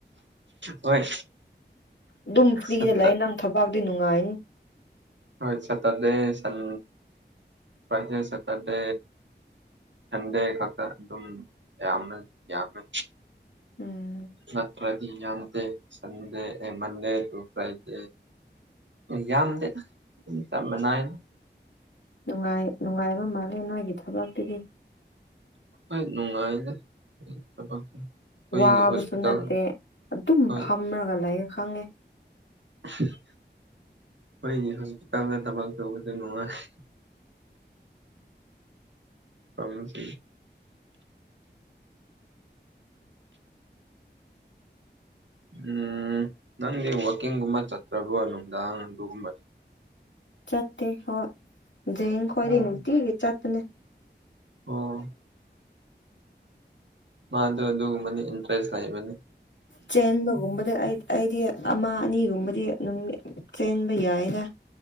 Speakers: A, on the right; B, on the left.
A: ꯍꯣꯏ
B: ꯑꯗꯨꯝ ꯐ꯭ꯔꯤꯗ
A: ꯁꯠꯇ
B: ꯂꯩ ꯅꯪ ꯊꯕꯛꯇꯤ ꯅꯨꯡꯉꯥꯏꯅꯤ
A: ꯍꯣꯏ ꯁꯇ꯭ꯔꯗꯦ ꯁꯟ ꯐ꯭ꯔꯥꯏꯗꯦ ꯁꯇ꯭ꯔꯗꯦ ꯁꯟꯗꯦ ꯈꯛꯇ ꯑꯗꯨꯝ ꯌꯥꯝꯃꯦ ꯌꯥꯝꯃꯦ
B: ꯎꯝ
A: ꯅꯠꯇ꯭ꯔꯗꯤ ꯌꯥꯝꯗꯦ ꯁꯟꯗꯦ ꯑꯦ ꯃꯟꯗꯦ ꯇꯨ ꯐ꯭ꯔꯥꯏꯗꯦ ꯌꯥꯝꯗꯦ ꯑꯗꯨꯝ ꯆꯞ ꯃꯥꯟꯅꯩꯗ
B: ꯅꯨꯡꯉꯥꯏ ꯅꯨꯡꯉꯥꯏꯕ ꯃꯥꯜꯂꯦ ꯅꯣꯏꯒꯤ ꯊꯕꯛꯇꯨꯗꯤ
A: ꯍꯣꯏ ꯅꯨꯡꯉꯥꯏꯗ ꯊꯕꯛ ꯑꯩꯈꯣꯏꯒꯤ
B: ꯋꯥꯕꯁꯨ
A: ꯍꯣꯁꯄꯤꯇꯥꯜ
B: ꯅꯠꯇꯦ ꯑꯗꯨꯝ
A: ꯍꯣꯏ
B: ꯐꯝꯔꯒ ꯂꯩ ꯈꯪꯉꯦ
A: ꯎ <inaudible> ꯈꯣꯏꯗꯤ ꯍꯧꯖꯤꯛ ꯇꯞꯅ ꯊꯕꯛ ꯇꯧꯕꯖꯨ ꯅꯨꯡꯉꯥꯏ ꯄ꯭ꯔꯣꯕ꯭ꯂꯦꯝꯁꯤ ꯎꯝ ꯅꯪꯗꯤ ꯋꯥꯛꯀꯤꯡꯒꯨꯝꯕ ꯆꯠꯇ꯭ꯔꯕꯣ ꯅꯨꯡꯗꯥꯡ ꯑꯗꯨꯒꯨꯝꯕ
B: ꯆꯠꯇꯦ ꯍꯣꯏ ꯖꯦꯡ ꯈꯣꯏꯗꯤ
A: ꯑꯣ
B: ꯅꯨꯡꯇꯤꯒꯤ ꯆꯠꯄꯅꯦ
A: ꯑꯣ ꯃꯥꯗꯣ ꯑꯗꯨꯒꯨꯝꯕꯅꯤ ꯏꯟꯇꯔꯦꯁ ꯂꯩꯕꯅꯤ
B: ꯆꯦꯟꯕꯒꯨꯝꯕꯗ ꯑꯩ ꯑꯩꯗꯤ ꯑꯃ ꯑꯅꯤꯒꯨꯝꯕꯗꯤ ꯑꯗꯨꯝ ꯆꯦꯟꯕ ꯌꯥꯏꯗ